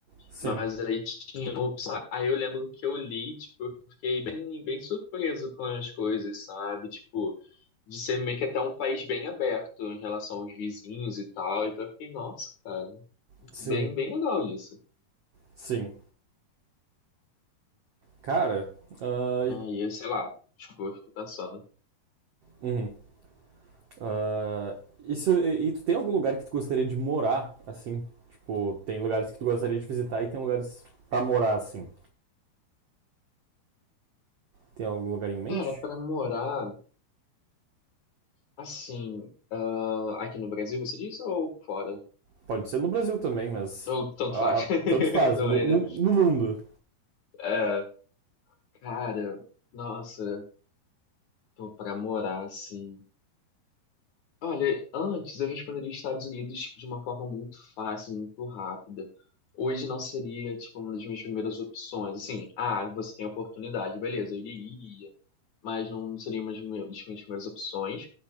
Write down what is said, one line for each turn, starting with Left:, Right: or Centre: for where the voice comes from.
Right: Sim,
Left: Mas aí tinha opção. Aí eu lembro que eu li, tipo, eu fiquei bem, bem surpreso com as coisas, sabe? Tipo, de ser meio que até um país bem aberto em relação aos vizinhos e tal. Então eu fiquei, nossa, cara,
Right: sim,
Left: bem, bem legal isso.
Right: sim. Cara, ah, e
Left: Aí, sei lá, tipo, eu fico pensando.
Right: Uhum. Ah, isso, e, e tu tem algum lugar que tu gostaria de morar, assim? Tipo, tem lugares que tu gostaria de visitar e tem lugares pra morar, assim. Tem algum lugar em mente?
Left: Cara, pra morar, assim, ah, aqui no Brasil, você diz, ou fora?
Right: Pode ser no Brasil também, mas
Left: Ou tanto
Right: ah,
Left: faz, <laughs>
Right: tanto faz.
Left: eu também,
Right: mu- mu-
Left: né?
Right: no mundo.
Left: É, cara, nossa, pô, pra morar, assim. Olha, antes eu responderia Estados Unidos, tipo, de uma forma muito fácil, muito rápida. Hoje não seria, tipo, uma das minhas primeiras opções. Assim, ah, você tem a oportunidade, beleza, eu iria, iria. Mas não seria uma das minhas das minhas primeiras opções.